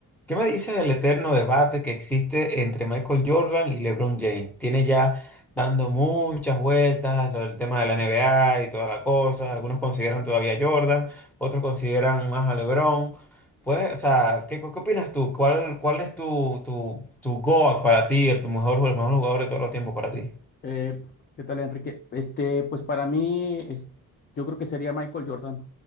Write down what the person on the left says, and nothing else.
Eh, ¿qué tal, Enrique? Este, pues para mí, es- yo creo que sería Michael Jordan.